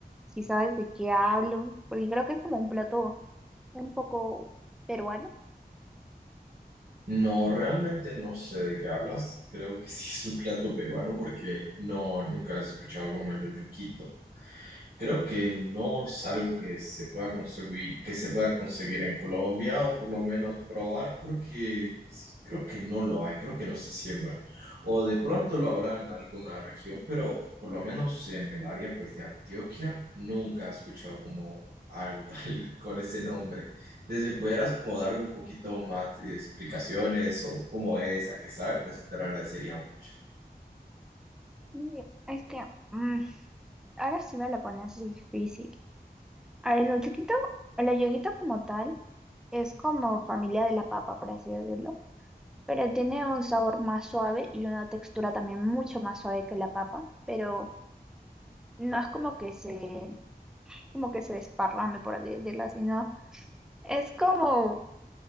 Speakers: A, in the centre; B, on the right.
A: si sabes de qué hablo, porque creo que es como un plato un poco peruano.
B: No, realmente no sé de qué hablas. Creo que sí es un plato peruano porque no, nunca he escuchado como el olluquito. Creo que no es algo que se pueda conseguir, que se pueda conseguir en Colombia o por lo menos probar porque s- creo que no lo hay, creo que no se siembra. O de pronto lo habrá en alguna región, pero por lo menos en el área pues de Antioquia nunca he escuchado como algo <laughs> tal con ese nombre. Desde pudieras como darme un poquito más de explicaciones o cómo es, a qué sabe, pues te lo agradecería mucho.
A: Y es que mm, ahora sí me la pones difícil. El olluquito, el olluquito como tal es como familia de la papa, por así decirlo pero tiene un sabor más suave y una textura también mucho más suave que la papa, pero no es como que se, como que se desparrame, por así decirlo, sino es como,